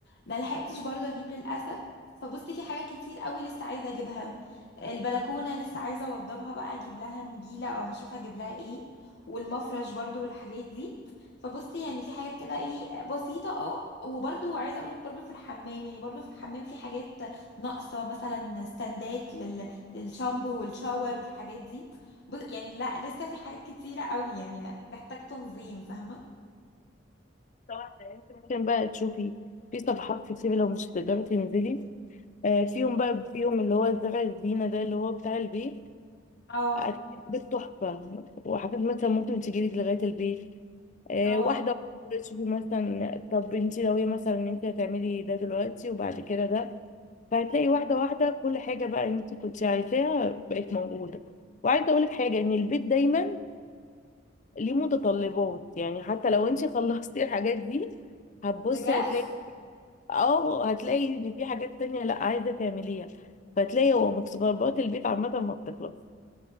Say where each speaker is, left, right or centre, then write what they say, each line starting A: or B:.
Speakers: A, on the left (about 60°); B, on the left (about 40°).
A: ملحقتش برضو اجيب للاسف فبصي في حاجات كتير قوي لسه عايزه اجيبها البلكونه لسه عايزه اوضبها بقى اجيب لها نجيله او هشوف هجيب لها ايه والمفرش برضو والحاجات دي فبصي يعني في حاجات كده ايه بسيطة اه وبرضو عايزة اقولك برضو في الحمام يعني برضو في الحمام في حاجات ناقصة مثلا ستاندات لل... للشامبو والشاور والحاجات دي بص يعني لا لسه في حاجات كتيرة قوي يعني محتاج تنظيم فاهمة
B: طبعاً. انت ممكن بقى تشوفي في صفحات كتير لو مش هتقدري تنزلي آه، فيهم بقى فيهم اللي هو الزرع الزينة ده اللي هو بتاع البيت
A: اه
B: أكلت بيت تحفة وحاجات مثلا ممكن تجيلك لغاية البيت آه،
A: اه
B: واحدة تشوفي مثلا طب انت لو هي مثلا ان انت هتعملي ده دلوقتي وبعد كده ده فهتلاقي واحدة واحدة كل حاجة بقى انت كنت عايزاها بقت موجودة وعايزة اقولك حاجة ان البيت دايما ليه متطلبات يعني حتى لو انت <laughs> خلصتي الحاجات دي هتبصي
A: بجد
B: هتلاقي اه هتلاقي ان في حاجات تانية لا عايزة تعمليها فتلاقي هو متطلبات البيت عامة ما بتخلص